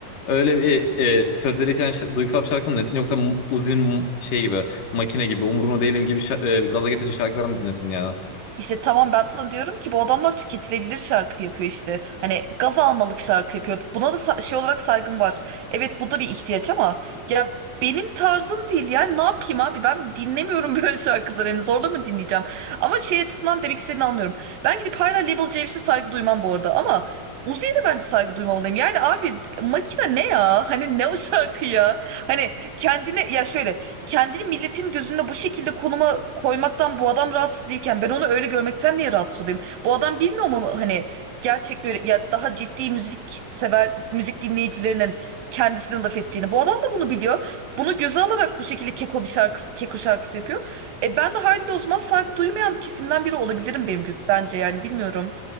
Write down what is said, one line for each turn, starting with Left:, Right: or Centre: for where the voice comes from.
Left: öyle bir e, sözleri içeren ş- duygusal bir şarkı mı dinlesin yoksa mu- Uzi'nin mu- şey gibi makine gibi umurumda değilim gibi şa- e, gaza getirici şarkılar mı dinlesin yani?
Right: İşte tamam ben sana diyorum ki bu adamlar tüketilebilir şarkı yapıyor işte. Hani gaz almalık şarkı yapıyor. Buna da sa- şey olarak saygım var. Evet bu da bir ihtiyaç ama ya benim tarzım değil yani ne yapayım abi ben dinlemiyorum <laughs> böyle şarkıları hani zorla mı dinleyeceğim? Ama şey açısından demek istediğini anlıyorum. Ben gidip hala Label C'ye saygı duymam bu arada ama Uzi'ye de bence saygı duymamalıyım. Yani abi makine ne ya? Hani ne o şarkı ya? Hani kendine ya şöyle kendini milletin gözünde bu şekilde konuma koymaktan bu adam rahatsız değilken ben onu öyle görmekten niye rahatsız olayım? Bu adam bilmiyor mu hani gerçek böyle ya daha ciddi müzik sever müzik dinleyicilerinin kendisine laf ettiğini. Bu adam da bunu biliyor. Bunu göze alarak bu şekilde keko bir şarkısı keko şarkısı yapıyor. E ben de haliyle o zaman saygı duymayan kesimden biri olabilirim benim gö- bence yani bilmiyorum.